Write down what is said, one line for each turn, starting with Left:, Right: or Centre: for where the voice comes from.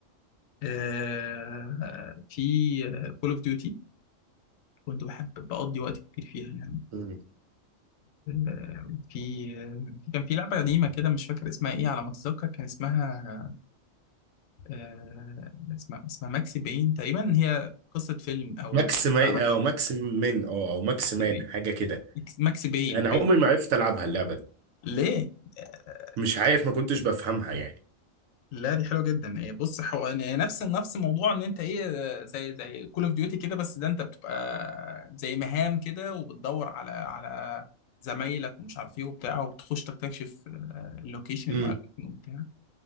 Left: آه في كول اوف ديوتي كنت بحب بقضي وقت كتير فيها يعني
Right: مم.
Left: آه، في في- كان في لعبة قديمة كده مش فاكر اسمها ايه على ما اتذكر كان اسمها آه، اسمها اسمها ماكسي باين تقريبا هي قصة فيلم او
Right: ماكس
Left: الفيلم بتاع
Right: ما
Left: ماكسي
Right: او ماكس من او او ماكس مان
Left: باين
Right: حاجة كده
Left: ماكسي باين
Right: انا
Left: باين
Right: عمري ما عرفت العبها اللعبة دي
Left: ليه؟ آه،
Right: مش عارف ما كنتش بفهمها يعني
Left: لا دي حلوه جدا هي بص هو يعني نفس نفس موضوع ان انت ايه آه، زي زي كول اوف ديوتي كده بس ده انت بتبقى زي مهام كده وبتدور على على زمايلك ومش عارف ايه وبتاع وبتخش تكتشف آه، اللوكيشن
Right: امم
Left: وأماكن وبتاع